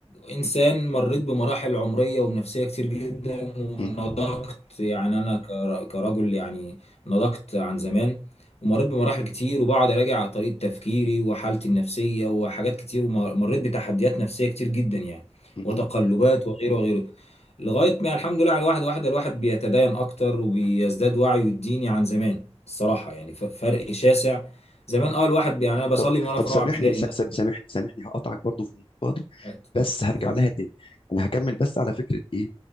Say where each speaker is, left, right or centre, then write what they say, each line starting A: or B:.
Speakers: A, on the left (about 80°); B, on the left (about 55°).
A: انسان مريت بمراحل عمريه ونفسيه كتير جدا ونضجت
B: م-
A: يعني انا كر- كرجل يعني نضجت عن زمان ومريت
B: م-
A: بمراحل كتير وبقعد اراجع على طريقه تفكيري وحالتي النفسيه وحاجات كتير ومريت بتحديات نفسيه كتير جدا يعني
B: م-
A: وتقلبات
B: م.
A: وغيره وغيره لغايه ما الحمد لله على واحده واحده الواحد بيتدين اكتر وبيزداد وعيه الديني عن زمان الصراحه يعني ف- فرق شاسع زمان اول واحد يعني انا بصلي
B: طب
A: من وانا
B: طب
A: في
B: سامحني
A: رابعه ابتدائي
B: سا-
A: مثلا
B: سا- سامحني سامحني هقطعك برضو في النقطه دي
A: اتفضل
B: بس هرجع
A: اتفضل
B: لها تاني انا هكمل بس على فكره ايه